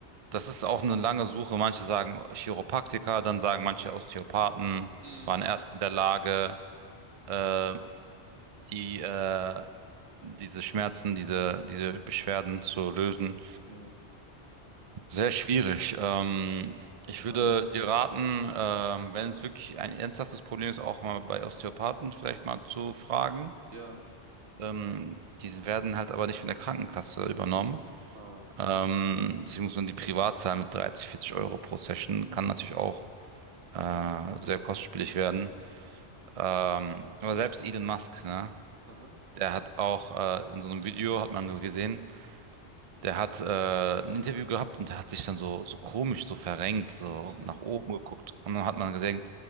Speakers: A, on the right; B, on the right.
A: das ist auch eine lange Suche. Manche sagen Chiropraktiker, dann sagen manche Osteopathen
B: Mm,
A: waren erst in der Lage, äh, die, äh, diese Schmerzen, diese, diese Beschwerden zu lösen.
B: ja,
A: Sehr schwierig. Ähm, ich
B: naja.
A: würde dir raten, ähm, wenn es wirklich ein ernsthaftes Problem ist, auch mal bei Osteopathen vielleicht mal zu fragen.
B: Ja.
A: Ähm, die werden halt aber nicht von der Krankenkasse übernommen.
B: Ah,
A: Ähm,
B: ja, okay.
A: deswegen muss man die privat zahlen mit 30, 40 Euro pro Session. Kann natürlich auch äh, sehr kostspielig werden. Ähm, aber selbst Elon Musk, ne?
B: Aha.
A: Der hat auch äh, in so einem Video, hat man gesehen, Der hat äh, ein Interview gehabt und der hat sich dann so, so komisch, so verrenkt, so
B: Mm,
A: nach oben geguckt. Und dann hat man gesehen,